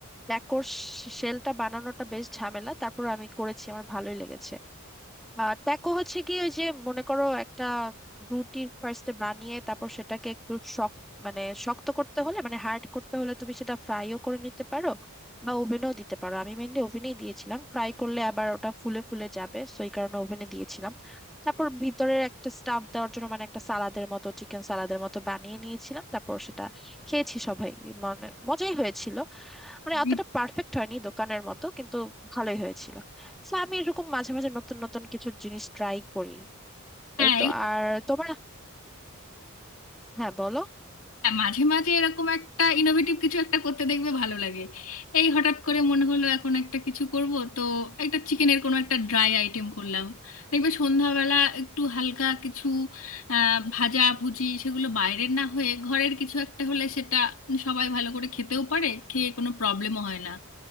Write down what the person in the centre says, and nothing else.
ট্যাকোর শেলটা বানানোটা বেশ ঝামেলা তারপর আমি করেছি আমার ভালোই লেগেছে আহ ট্যাকো হচ্ছে কি ওই যে মনে করো একটা রুটি ফার্স্টে বানিয়ে তারপর সেটাকে একটু শক্ত মানে শক্ত করতে হলে মানে হার্ড করতে হলে তুমি সেটা ফ্রাইও করে নিতে পারো বা ওভেনও দিতে পারো আমি মেনলি ওভেনেই দিয়েছিলাম ফ্রাই করলে আবার ওটা ফুলে ফুলে যাবে সো এই কারণে ওভেনে দিয়েছিলাম তারপর ভিতরের একটা স্টাফ দেওয়ার জন্য মানে একটা সালাদের মতো চিকেন সালাদের মতো বানিয়ে নিয়েছিলাম তারপর সেটা খেয়েছি সবাই মানে মজাই হয়েছিল মানে
অতটা পারফেক্ট হয়নি দোকানের মতো কিন্তু ভালোই হয়েছিল তো আমি এরকম মাঝে মাঝে নতুন নতুন কিছু জিনিস ট্রাই করি
এই তো
আর তোমার হ্যাঁ বলো